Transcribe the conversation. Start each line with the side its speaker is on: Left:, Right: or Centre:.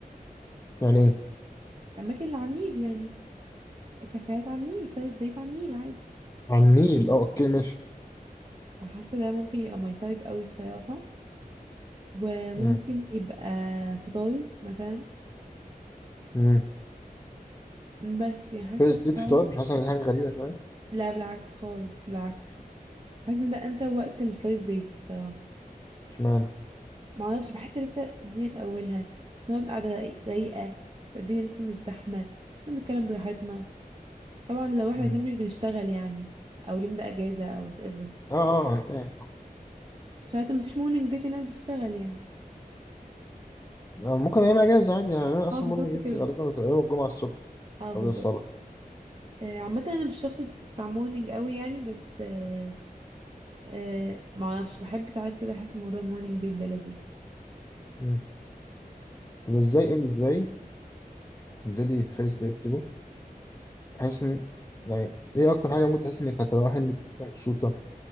Left: يعني ايه؟
Right: الاماكن اللي على النيل يعني كافيهات على النيل فيرست ديت على النيل عادي
Left: على النيل اه اوكي ماشي
Right: فحاسة ده ممكن يبقى ماي تايب قوي الصراحة وممكن
Left: مم.
Right: يبقى فطار مثلا
Left: مم.
Right: بس يعني حاسة
Left: فيرست ديت
Right: فطار
Left: فطار مش حاسس ان دي حاجة غريبة شوية
Right: لا بالعكس خالص بالعكس حاسة ان ده انسب وقت الفيرست ديت بصراحة
Left: اشمعنى؟
Right: معرفش بحس لسه الدنيا في اولها نقعد قاعدة راي- رايقة تبقى الدنيا لسه مش زحمة نتكلم براحتنا طبعا لو احنا
Left: مم.
Right: الاتنين مش بنشتغل يعني او اليوم ده اجازة او whatever
Left: اه اه أنا فاهم.
Right: عشان حتى مفيش مورنينج ديت الناس بتشتغل يعني
Left: آه، ممكن ايام اجازة عادي يعني انا اصلا
Right: اه بالظبط
Left: مورنينج لسه
Right: كده
Left: غالبا بتبقى يوم الجمعة الصبح
Right: اه بالظبط
Left: قبل الصلاة
Right: آه، عامة انا مش شخص بتاع مورنينج قوي يعني بس آه آه ما اعرفش بحب ساعات كده احس موضوع المورنينج ديت ده لذيذ
Left: مم. طب ازاي ام ازاي تنزلي فيرست ديت كده تحس ان يعني ايه اكتر حاجة ممكن تحس انك هتروحي انك مبسوطة